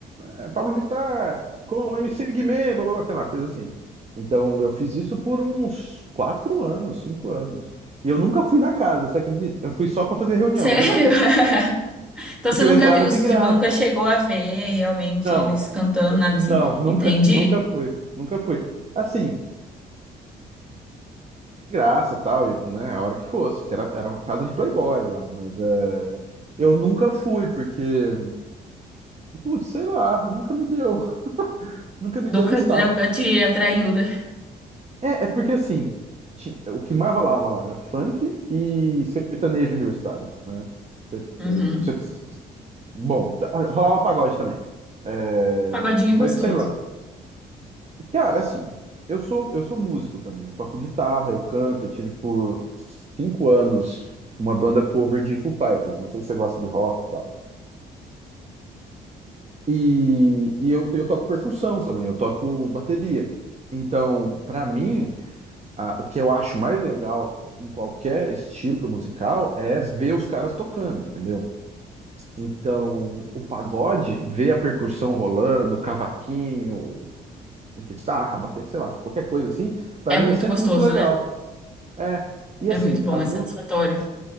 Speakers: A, on the right (about 35°); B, in the centre.
A: é, Pablo Vittar, com o MC Guimê, blá, blá, blá", sei lá, coisa assim. Então eu fiz isso por uns quatro anos, cinco anos. E eu nunca fui na casa, você acredita? Eu fui só para fazer reunião,
B: Sério?
A: eu nunca fui,
B: <laughs> Então
A: porque
B: você nunca
A: eu entrava
B: viu, você,
A: de graça.
B: tipo, nunca chegou a ver realmente
A: Não,
B: eles cantando,
A: é,
B: nada
A: não,
B: assim.
A: nunca,
B: Entendi.
A: nunca fui, nunca fui. Assim, de graça, tal, e, né, a hora que fosse, porque era, era uma casa de playboy lá, mas é, eu nunca fui, porque Putz, sei lá, nunca me deu, <laughs> nunca me deu
B: Nunca,
A: um estalo.
B: nunca te atraiu, né?
A: É, é porque assim, ti- o que mais rolava lá era funk e sertanejo universitário, né? Ser-
B: Uhum.
A: eh, ser- Bom, ah, rolava pagode também. É,
B: Pagodinho
A: mas
B: é gostoso.
A: sei lá. E, Cara, assim, eu sou eu sou músico também. Eu toco guitarra, eu canto. Eu tive por cinco anos uma banda cover de Foo Fighters. Não sei se você gosta de rock e tal. E, e eu, eu toco percussão também. Eu toco bateria. Então, pra mim, Ah, o que eu acho mais legal em qualquer estilo musical é ver os caras tocando, entendeu? Então, o pagode, ver a percussão rolando, o cavaquinho, a guitarra, a bateria, sei lá, qualquer coisa assim, pra
B: É
A: mim
B: muito
A: é sempre
B: gostoso,
A: muito legal.
B: né?
A: É, e
B: É
A: assim,
B: muito bom,
A: as
B: é satisfatório.
A: músicas